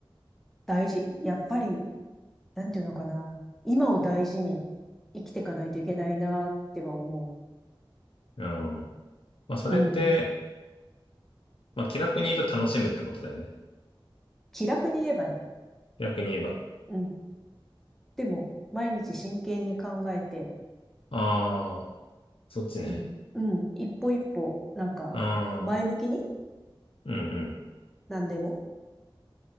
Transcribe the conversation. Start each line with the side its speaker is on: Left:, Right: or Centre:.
Centre: 大事、やっぱり、なんていうのかな、今を大事に生きていかないといけないなっては思
Left: うん。まあ、それって、
Centre: う。うん。
Left: まあ、気楽に言うと楽しむってことだよね。
Centre: 気楽に言えばね。
Left: 気楽に言えば。
Centre: うん。でも、毎日真剣に考えて、
Left: ああ、そっちね。
Centre: うん、うん、一歩一歩、なんか、
Left: ああ、
Centre: 前向きに、
Left: うんうん。
Centre: 何でも。